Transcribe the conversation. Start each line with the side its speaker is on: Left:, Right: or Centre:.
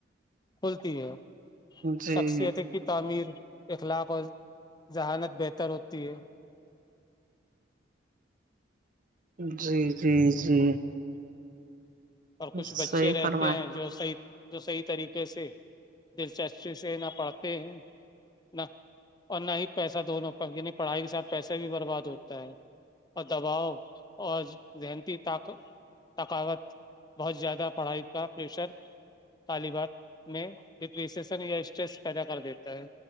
Left: کھلتی ہے
Right: جی
Left: شخصیت کی تعمیر اخلاق اور ذہانت بہتر ہوتی ہے
Right: جی جی جی
Left: اور کچھ
Right: صحیح
Left: بچے رہتے
Right: فرمائے
Left: ہیں جو صحی جو صحیح طریقے سے دلچسپی سے نہ پڑھتے ہیں نہ اور نہ ہی پیسہ دونوں پر یعنی پڑھائی کے ساتھ پیسہ بھی برباد ہوتا ہے اور دباؤ اور ذہنتی طق ثقاوت بہت زیادہ پڑھائی کا پریشر طالبات میں ڈپریسیسن یا اسٹریس پیدا کر دیتا ہے